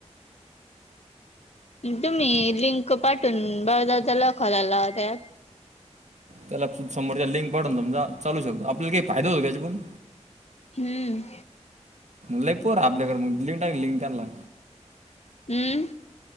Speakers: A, on the left; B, on the right.
A: तुम्ही लिंक पाठून <unintelligible> त्यां लॉक खोलाल लावत्यात.
B: त्याला समोरच्या लिंक पाढून समजा चालू शकतो आपल्याला काही फायदा होतो त्याच्या पासून.
A: हम्म.
B: लई पोर आपल्याकडे मग लिंक टाग लिंक त्यानला.
A: हम्म.